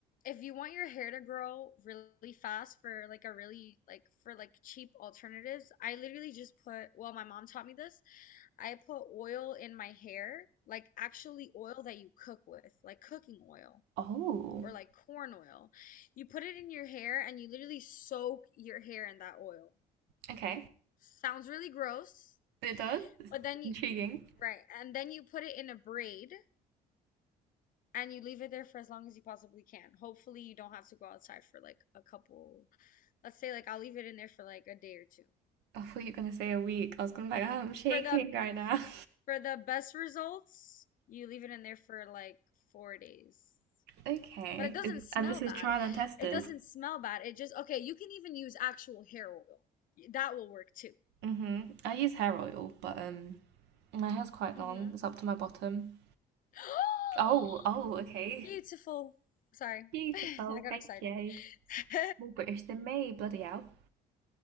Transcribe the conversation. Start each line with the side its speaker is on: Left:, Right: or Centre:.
Left: if you want your hair to grow really fast for like a really like for like cheap alternatives, I literally just put, well, my mom taught me this. I put oil in my hair, like actually oil that you cook with, like cooking oil
Right: Oh.
Left: or like corn oil. You put it in your hair and you literally soak your hair in that oil.
Right: Okay.
Left: Sounds really gross,
Right: It does. It's
Left: but then you,
Right: intriguing.
Left: right, and then you put it in a braid. and you leave it there for as long as you possibly can. Hopefully, you don't have to go outside for like a couple, let's say like I'll leave it in there for like a day or two.
Right: I thought you were gonna say a week. I was gonna be like, oh, I'm shaking
Left: For the
Right: right now. <laughs>
Left: for the best results, you leave it in there for like four days.
Right: Okay.
Left: But it doesn't
Right: It-
Left: smell
Right: And this is
Left: bad.
Right: trial and tested.
Left: It doesn't smell bad. It just okay, you can even use actual hair oil. That will work too.
Right: hmm I use hair oil, but um my hair's quite
Left: hmm
Right: long. It's up to my bottom.
Left: <gasps>
Right: Oh, oh, okay.
Left: Beautiful. Sorry.
Right: Beautiful,
Left: <laughs> I got
Right: thank
Left: excited.
Right: you.
Left: <laughs>
Right: More British than me, bloody hell.